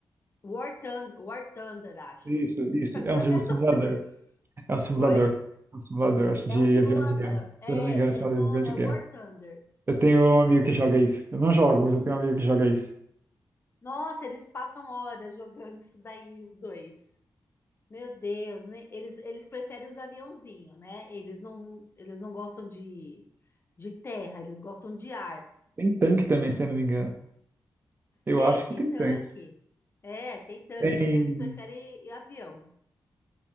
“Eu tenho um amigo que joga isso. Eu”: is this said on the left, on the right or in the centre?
Right